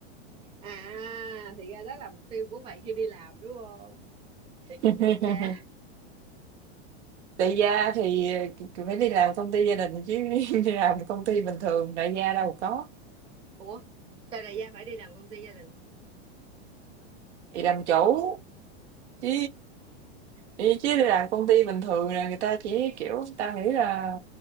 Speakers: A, on the right; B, on the right.
A: à thì ra đó là mục tiêu của mày khi đi làm đúng không để
B: <laughs>
A: kiếm đại gia
B: Đại gia thì phải đi làm công ty gia đình chứ <laughs> đi làm công ty bình thường đại gia đâu có.
A: ủa sao đại gia phải đi làm công ty gia đình
B: Thì làm chủ chứ chứ đi làm công ty bình thường là người ta chỉ kiểu tao nghĩ là